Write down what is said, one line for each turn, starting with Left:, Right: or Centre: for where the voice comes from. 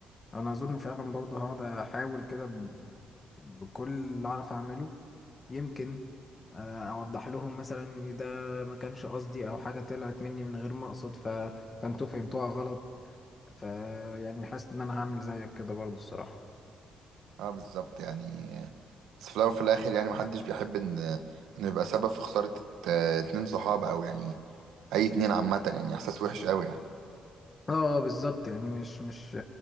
Left: انا اظن فعلا برضه هقعد احاول كده ب- بكل اللي اعرف اعمله يمكن آه، اوضح لهم مثلا إن ده ما كانش قصدي او حاجه طلعت مني من غير ما اقصد ف... فانتوا فهمتوها غلط ف يعني حاسس ان انا هعمل زيك كده برضه الصراحه
Right: اه بالظبط يعني بس في الاول وفي الاخر يعني محدش بيحب ان انه يبقى سبب في خسارة ات- اتنين صحابه او يعني اي اتنين عامة يعني احساس وحش قوي يعني
Left: اه آه، بالظبط يعني مش مش